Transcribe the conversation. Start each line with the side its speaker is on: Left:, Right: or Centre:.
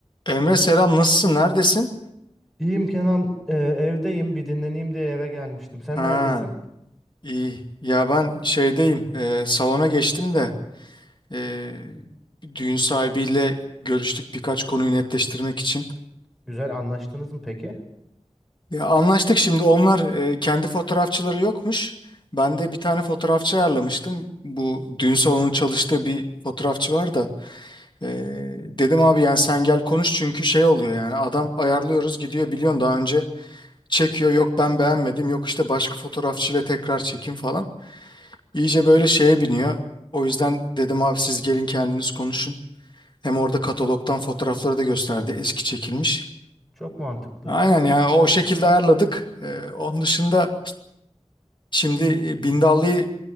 Left: Emre selam nasılsın neredesin?
Centre: İyiyim Kenan, Ee, evdeyim. Bir dinleneyim diye eve gelmiştim. Sen
Left: Ha
Centre: neredesin?
Left: iyi ya ben şeydeyim e, salona geçtim de e, düğün sahibiyle görüştük birkaç konuyu netleştirmek için.
Centre: Güzel anlaştınız mı peki?
Left: Ya, anlaştık şimdi onlar e, kendi fotoğrafçıları yokmuş. Ben de bir tane fotoğrafçı ayarlamıştım. Bu düğün salonunun çalıştığı bir fotoğrafçı var da e, dedim abi yani sen gel konuş çünkü şey oluyor yani adam ayarlıyoruz gidiyor biliyorsun daha önce çekiyor yok ben beğenmedim yok işte başka fotoğrafçıyla tekrar çekim falan. İyice böyle şeye biniyor. O yüzden dedim abi siz gelin kendiniz konuşun. Hem orada katalogdan fotoğrafları da gösterdi eski çekilmiş.
Centre: Çok mantıklı.
Left: Aynen yani o şekilde ayarladık. Ee, onun dışında şimdi e, Bindallı'yı